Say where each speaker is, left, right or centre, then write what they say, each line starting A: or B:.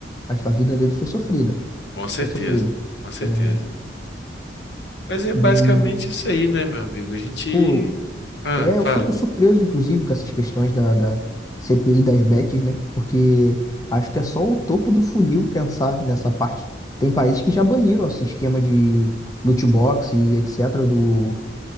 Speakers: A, on the left; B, on the left.
A: a, a vida dele foi sofrida,
B: com certeza,
A: foi sofrida.
B: com certeza.
A: É,
B: Mas é
A: e,
B: basicamente isso aí, né, meu amigo? A gente.
A: pô,
B: Ah,
A: É,
B: fala.
A: eu fico surpreso, inclusive, com essas questões da, da CPI das bets, né? Porque acho que é só o topo do funil pensar nessa parte. Tem países que já baniram esse esquema de loot box e etc. do,